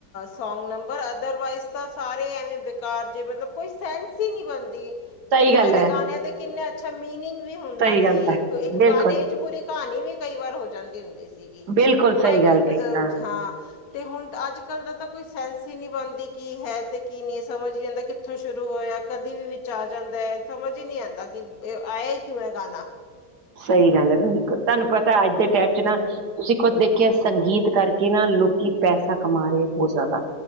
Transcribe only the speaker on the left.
ਸੌਗ ਨੰਬਰ ਅਦਰਵਾਈਜ਼ ਤਾਂ ਸਾਰੇ ਐਵੇਂ ਬੇਕਾਰ ਜੇ ਮਤਲਬ ਕੋਈ ਸੈਨਸ ਹੀ ਨਹੀ ਬਣਦੀ।
ਪਹਿਲੇ
ਵਾਲੇ
ਗਾਨੇ ਤੇ ਕਿਨਾ ਅਛਾ ਮਿਨਿੰਗ ਵੀ ਹੁੰਦਾ
ਸੀ
ਇੱਕ
ਗਾਣੇ ਵਿੱਚ ਪੂਰੀ ਕਹਾਣੀ ਵੀ ਕਈ ਵਾਰ ਹੋ ਜਾਂਦੀ ਹੁੰਦੀ ਸੀ।
ਪੂਰਾ
ਇਕ
ਹਾ ਤੇ ਹੁਣ ਅੱਜ ਕੱਲ ਦਾ ਤਾਂ ਕੋਈ ਸੈਂਸ ਹੀ ਨਹੀਂੀ ਬਣਦੀ ਕੀ ਹੈ ਤੇ ਕੀ ਨਹੀਂ ਸਮਝ ਹੀ ਜਾਂਦਾ ਕਿ ਉੱਥੋਂ ਸ਼ੁਰੂ ਹੋਇਆ ਕਦੇ ਵੀ ਵਿੱਚ ਆ ਜਾਂਦਾ ਹੈ ਸਮਝ ਹੀ ਨਹੀਂੀ ਆਉਂਦਾ ਕਿ ਇਹ ਆਇਆ ਹੀ ਕਿਉ ਗਾਣਾ।
ਹਮ